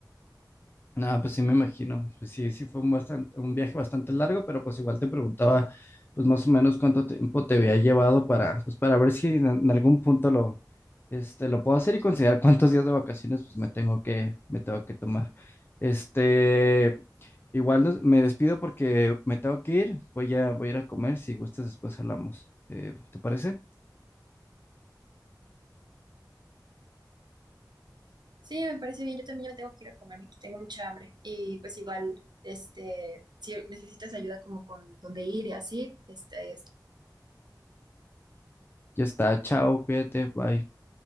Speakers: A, on the left; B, on the right.
A: Ah, pues sí me imagino, pues sí, sí fue un bastante, un viaje bastante largo, pero pues igual te preguntaba, pues más o menos cuánto tiempo te había llevado para, pues para ver si en en algún punto lo Este, lo puedo hacer y considerar cuántos días de vacaciones pues me tengo que, me tengo que tomar. Este, igual nos- me despido porque me tengo que ir. Voy a, voy a ir a comer. Si gustas, después hablamos. Eh, ¿te parece?
B: Sí, me parece bien. Yo también ya me tengo que ir a comer, aquí tengo mucha hambre. Y pues igual, este, si necesitas ayuda como con dónde ir y así, este,
A: Ya está. Chao, cuídate. Bye.